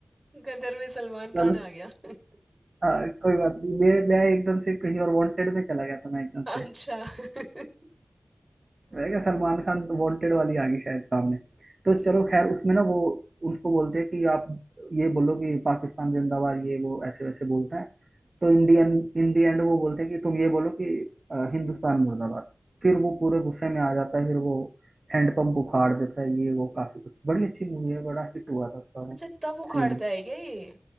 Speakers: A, on the right; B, on the right.
A: गदर में सलमान
B: चलो
A: खान आ गया <laughs>
B: हाँ कोई बात नहीं मैं मैं एकदम से कहीं और वांटेड में चला गया था मैं एकदम
A: अच्छा
B: से
A: <laughs>
B: मैंने कहा सलमान खान वांटेड वाली आ गई शायद सामने तो चलो खैर उसमें ना वो उसको बोलते हैं कि आप ये बोलो कि पाकिस्तान जिंदाबाद ये वो ऐसे वैसे बोलते हैं तो इंडियन इन दी एंड वो बोलते हैं कि तुम ये बोलो कि अ, हिंदुस्तान मुर्दाबाद फिर वो पूरे गुस्से में आ जाता है फिर वो हैंडपंप उखाड़ देता है ये वो काफी कुछ बड़ी अच्छी मूवी है बड़ा हिट हुआ था उसका वो
A: अच्छा तब उखाड़ता
B: सीन
A: है क्या ये